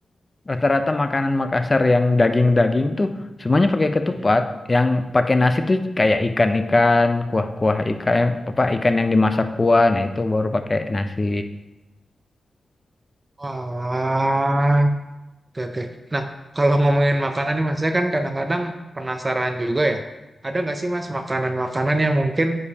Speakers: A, on the left; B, on the right.
A: rata-rata makanan Makassar yang daging-daging tuh semuanya pakai ketupat.
B: Mhm.
A: Yang pakai nasi tuh kayak ikan-ikan, kuah-kuah ikan, apa ikan yang dimasak kuah, nah itu baru pakai nasi.
B: Wah, oke oke. Nah, kalau ngomongin makanan nih Mas, saya kan kadang-kadang penasaran juga ya. Ada nggak sih Mas makanan-makanan yang mungkin